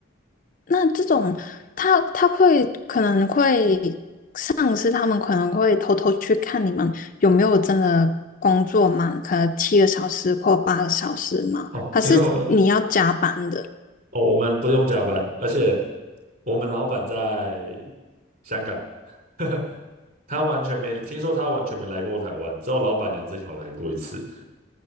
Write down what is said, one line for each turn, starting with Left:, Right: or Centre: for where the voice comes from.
Left: 那这种，他他会可能会上司他们可能会偷偷去看你们有没有真的工作满，可能七个小时或八个小时嘛？
Right: 哦，
Left: 还是你要加班的？
Right: 因为我哦，我们不用加班，而且我们老板在香港，<laughs> 他完全没听说，他完全没来过台湾，只有老板娘之前有来过一次。